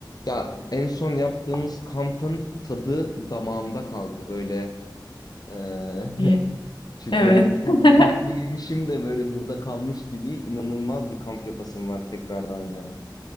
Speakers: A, on the left; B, on the left.
A: Ya en son yaptığımız kampın tadı damağımda kaldı. Böyle eee,
B: İyi.
A: şu-
B: Evet.
A: böyle tat-
B: <laughs>
A: tatlı yemişim de böyle burada kalmış gibi inanılmaz bir kamp yapasım var tekrardan ya.